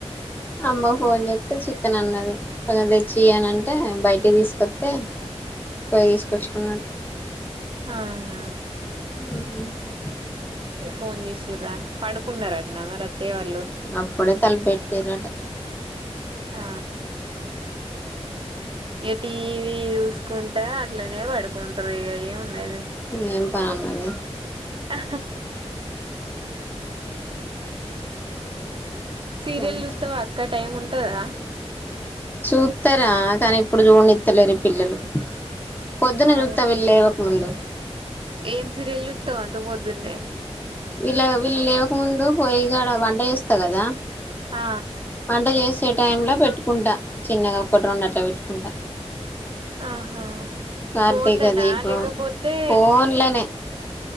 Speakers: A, on the left; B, on the right.
A: అమ్మ ఫోన్ చెప్తే చికెన్ అన్నది కొంచెం తెచ్చియనన్ అంటే బయటకి తీసుకొస్తతే పోయి తీసుకొచ్చుకున్న
B: ఆహా
A: ఉ
B: ఫోన్ చేసరా పడుకున్నారటనా మరి అత్తయ వాళ్ళు
A: అప్పుడే తలపెట్టారట
B: ఆ ఎ టీవ చూసుకుంట అట్లనే పడుకుంటారు ఇక ఏమి ఉన్నాది
A: ఏం పనున్నది
B: ఆ సీరియల్
A: గంతే
B: చుత్తవ్ అక్క టైం ఉంటుందా
A: చూస్తారా కానీ ఇప్పుడు చూడినిత్తలేరు పిల్లలు పొద్దున్న
B: ఆ
A: చూస్తా వీళ్ళు లేవక ముందు
B: ఏం సీరియల్ చుత్తవ్ అంత పొద్దున్నీ
A: వీళ్ళ వీళ్ళ లేవక ముందు పోయి కడ వంట చేస్తా కదా
B: ఆ
A: వంట చేసే టైం లో పెట్టుకుంటా చిన్నగా ఒకటి రెండు అట్టా పెట్టుకుంటా
B: ఆహా
A: కార్తీక
B: ఫోన్లనా
A: దీపం
B: లేకపోతే
A: ఫోన్లనే